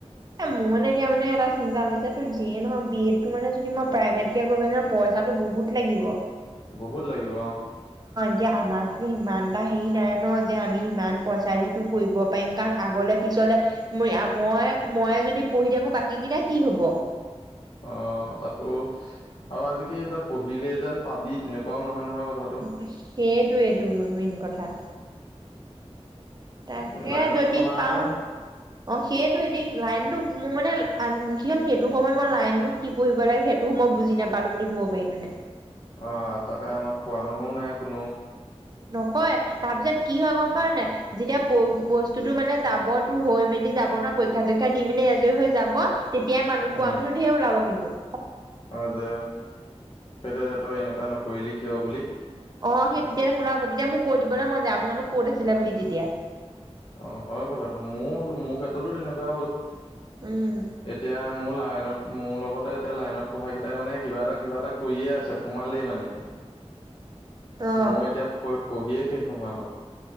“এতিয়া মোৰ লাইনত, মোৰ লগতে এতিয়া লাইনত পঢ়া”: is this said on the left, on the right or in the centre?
Left